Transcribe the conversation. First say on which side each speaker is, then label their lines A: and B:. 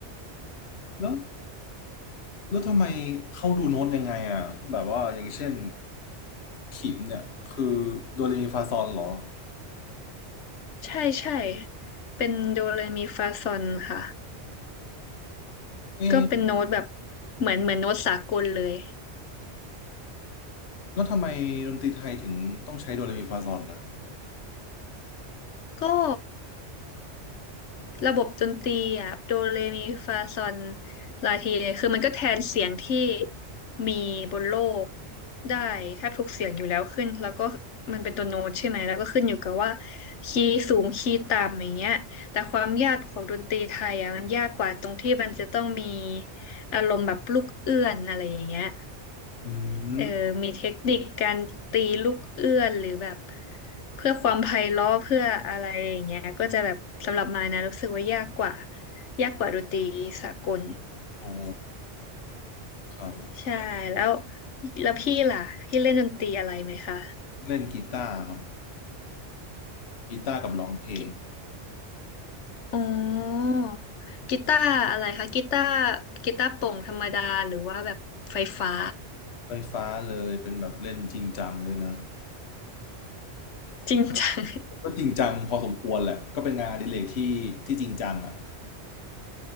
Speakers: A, on the left; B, on the left.
A: แล้วแล้วทำไมเขาดูโน้ตยังไงอ่ะแบบว่าอย่างเช่นขิมเนี่ยคือโดเรมีฟาซอลเหรอ
B: ใช่ใช่เป็นโดเรมีฟาซอนค่ะ
A: เอ๊ะ
B: ก็เป็นโน้ตแบบเหมือนเหมือนโน้ตสากลเลย
A: แล้วทำไมดนตรีไทยถึงต้องใช้โดเรมีฟาซอลนะ
B: ก็ ระบบดนตรีอ่ะโดเรมีฟาซอนลาทีเนี่ยคือมันก็แทนเสียงที่มีบนโลกได้แทบทุกเสียงอยู่แล้วขึ้นแล้วก็มันเป็นตัวโน้ตใช่ไหมแล้วก็ขึ้นอยู่กับว่าคีย์สูงคีย์ต่ำอย่างเงี้ยแต่ความยากของดนตรีไทยอ่ะมันยากกว่าตรงที่มันจะต้องมีอารมณ์แบบลูกเอื้อนอะไรอย่างเงี้ย
A: อื
B: เออมีเทคนิคการตีลูกเอื้อนหรือแบบ
A: ม
B: เพื่อความไพเราะเพื่ออะไรอย่างเงี้ยก็จะแบบสำหรับมายนะรู้สึกว่ายากกว่ายากกว่าดนตรีสากล
A: โอ้ครับ
B: ใช่แล้วแล้วพี่ล่ะพี่เล่นดนตรีอะไรไหมคะ
A: เล่นกีตาร์ครับกีตาร์กับร้องเพลง
B: กีอ๋อกีตาร์อะไรคะกีตาร์กีตาร์โปร่งธรรมดาหรือว่าแบบไฟฟ้า
A: ไฟฟ้าเลยเป็นแบบเล่นจริงจังเลยนะ
B: จริงจัง
A: ก็จริงจังพอสมควรแหละก็เป็นงานอดิเรกที่ที่จริงจังอ่ะ